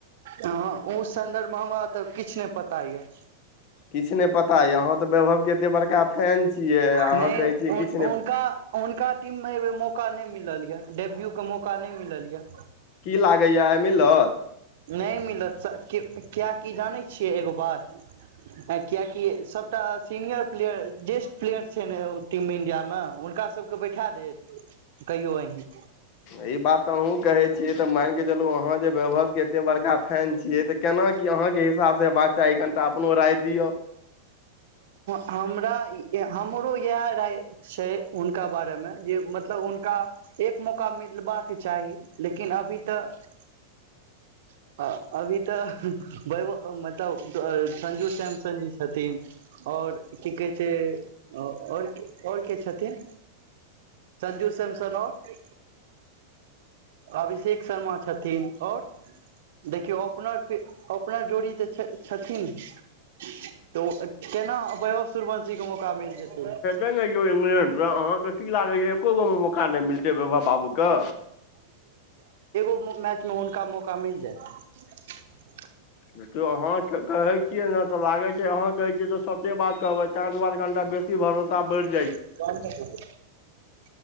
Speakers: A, on the right (about 55°); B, on the left (about 40°).
A: हँ ओ सन्दर्भ तऽ किछ नहि पता यै
B: किछ नहि पता यै अहाँ तऽ वैभवके एते बड़का फैन छियै अहाँ
A: नहि
B: कहै छियै किछ
A: हुनका हुनका टीममे एहि बेर मौका नहि मिलल यऽ डेब्यूके मौका नहि मिलल यऽ
B: की लागैया आइ मिलत
A: नहि मिलत कियाकी जानै छियै एगो बात कियाकि सबटा सीनियर प्लेयर जेस्ट प्लेयर छै ने टीम इंडिया नही हुनका सबके बैठा देत कहियो अँही
B: ई बात तऽ अहूँ कहै छियै तऽ मान के चलू अहाँ जे वैभव के एते बड़का फैन छियै तऽ केना की अहाँके हिसाब से हेबाक चाही कनिटा अपनो राय दिय
A: हमरा हमरो इएह राय छै हुनका बारेमे जे मतलब हुनका एक मौका मिलबाक चाही लेकिन अभी तऽ <inaudible> हँ अभी तऽ बैभव मतलब संजू सैमसन जी छथिन और की कहै छै और और के छथिन संजू सैमसन आओर अभिषेक शर्मा छथिन और देखियौ अपनाआरके ओपनर जोड़ी तऽ छै छथिन तऽ ओ केना वैभव सुरवंशी के मौका मिल जेतै
B: कहि नै दियौ इंग्लैंड उहै आहाँके की लागैया एको गो मे मौका नहि मिलतै बैभब बाबु के
A: मैचमे हुनका मौका मिल जैत
B: देखियौ अहाँ कहै छियै ने तऽ लागै छै अहाँ कहै छियै तऽ सते बात कहबै तै द्वारे कनिका बेसी भरोसा बैढ़
A: कन <unintelligible>